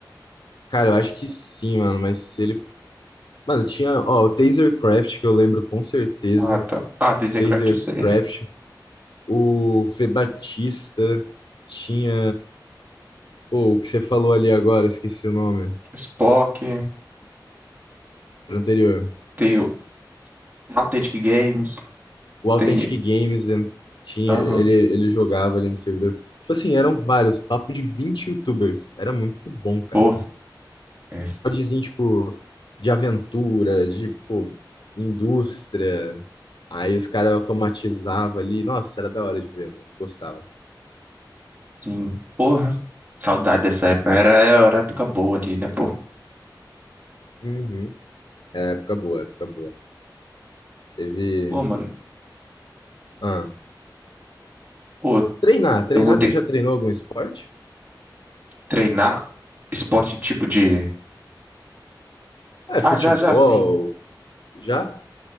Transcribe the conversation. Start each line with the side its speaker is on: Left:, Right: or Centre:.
Left: Cara, eu acho que sim, mano. Mas se ele. Mano, tinha, ó, o Tasercraft, que eu lembro com certeza.
Right: Ah, tá. Ah, tem Zcraft,
Left: Tasercraft.
Right: eu sei.
Left: O Fê Batista. Tinha. Pô, o que você falou ali agora, esqueci o nome.
Right: Spock,
Left: Pro anterior.
Right: tem o Authentic Games,
Left: O Authentic
Right: tem.
Left: Games en- tinha.
Right: Aham.
Left: Ele, ele jogava ali no servidor. Tipo assim, eram vários. Papo de 20 youtubers. Era muito bom, cara.
Right: Pô, é.
Left: podzinho, tipo, de aventura, de, pô, indústria. Aí os caras automatizavam ali. Nossa, era da hora de ver, mano. Gostava.
Right: Sim. Porra. Saudade dessa época. Era, era época boa ali, né, pô?
Left: Uhum. É, época boa, época boa. Teve.
Right: Pô, mano.
Left: Ah,
Right: Pô,
Left: treinar. Treinar,
Right: eu vou ter
Left: tu
Right: que
Left: já treinou algum esporte?
Right: treinar esporte tipo de.
Left: Ah, É, futebol.
Right: Ah, já, já, sim.
Left: Já?